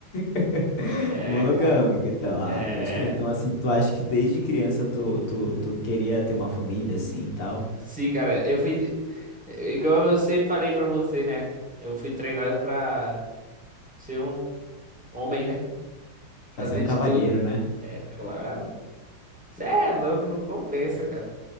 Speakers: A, on the left (about 80°); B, in the centre.
A: <laughs>
B: É,
A: monogâmica,
B: cara.
A: então, ah,
B: É.
A: pode crer. Então, assim, tu acha que desde criança tu, tu, tu queria ter uma família assim e tal?
B: Sim, cara, eu fui. Igual eu sempre falei pra você, né? Eu fui treinado pra ser um homem, né? Fazer
A: Vai ser um cavalheiro,
B: de tudo.
A: né?
B: É claro. Você é louco, não compensa, cara.